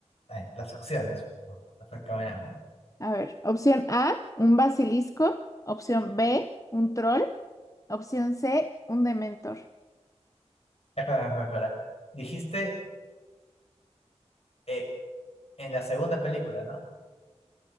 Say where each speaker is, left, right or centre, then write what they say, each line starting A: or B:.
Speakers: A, on the left; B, on the left.
A: Ay, las acciones. No, Las recaminamos ya.
B: A ver, opción A, un basilisco. Opción B, un troll. Opción C, un dementor.
A: Espera, espera, espera. Dijiste eh, en la segunda película, ¿no?